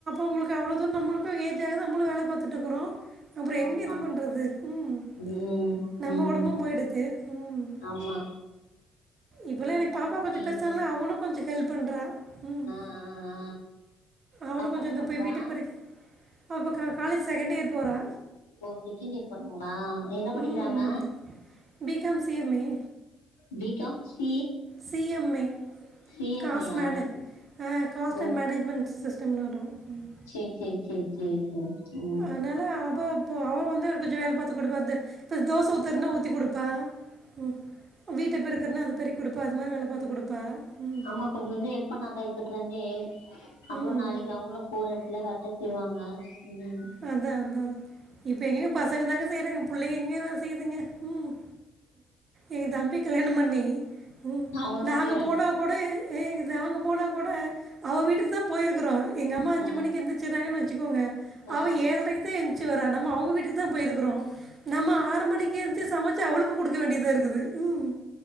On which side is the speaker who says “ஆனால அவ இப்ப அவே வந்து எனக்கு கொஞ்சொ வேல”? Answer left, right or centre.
Right